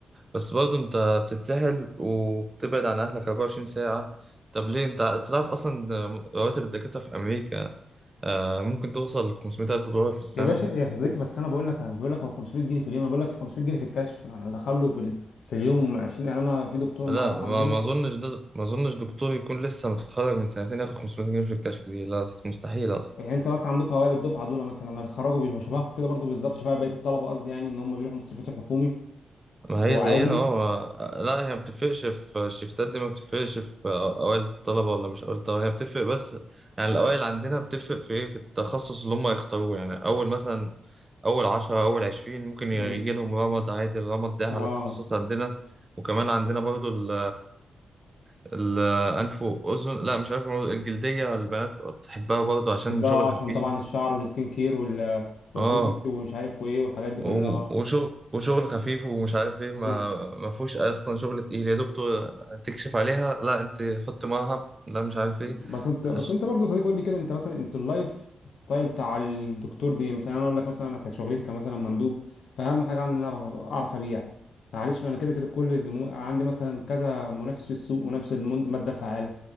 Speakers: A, on the right (about 30°); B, on the left (about 75°).
A: بس برضه انت بتتسهل وبتبعد عن أهلك 24 ساعة طب ليه انت تعرف أصلا رواتب الدكاترة في أمريكا آه، ممكن توصل ل 500 ألف دولار في السنة
B: يا باشا يا صديقي بس انا بقول لك انا بقول لك هو 500 جنيه في اليوم انا بقول لك في 500 جنيه في الكشف انا هدخله في ال... في اليوم 20 يعني انا في دكتور
A: لا
B: معروف
A: ما
B: عندنا
A: ما اظنش ده ما اظنش دكتور يكون لسه متخرج من سنتين ياخد 500 جنيه في الكشف دي لا مستحيل اصلا
B: يعني انت مثلا عندك اوائل الدفعه دول مثلا لما بيتخرجوا بيبقوا شبهكم كده برضو بالظبط شبه بقيه الطلبه قصدي يعني ان هم بيروحوا مستشفيات الحكومي
A: ما
B: وعادي
A: هي زينا اه ما- لا هي ما بتفرقش في الشفتات دي ما بتفرقش في اوائل الطلبه ولا مش اوائل الطلبه هي بتفرق بس يعني الاوائل عندنا بتفرق في ايه في التخصص اللي هم يختاروه يعني اول مثلا اول 10 اول 20 ممكن
B: مم.
A: يجي لهم رمد عادي الرمد ده
B: اه
A: على التخصص عندنا وكمان عندنا برضو ال الأنف وأذن لا مش أنف وأذن الجلدية البنات بتحبها برضو عشان
B: بحبها
A: شغل
B: آه، عشان
A: خفيف
B: طبعا الشعر والسكين كير وال... والبوتكس
A: اه
B: ومش عارف وايه والحاجات دي
A: و-
B: كلها آه.
A: وشغل وشغل خفيف ومش عارف ايه
B: مم.
A: ما ما فيهوش اصلا شغل تقيل يا دكتور تكشف عليها لا انت حط مرهم لا مش عارف
B: بس
A: ايه
B: انت بس
A: أش-
B: انت برضه صديق قول لي كده انت مثلا انت اللايف ستايل بتاع الدكتور دي مثلا يعني انا اقول لك مثلا انا كانت شغلتي كمثلا مندوب فاهم حاجه عندي ان انا اعرف اعرف ابيع معلش انا كده كده كل اللي مو- عندي مثلا كذا منافس في السوق ونفس المن- الماده الفعاله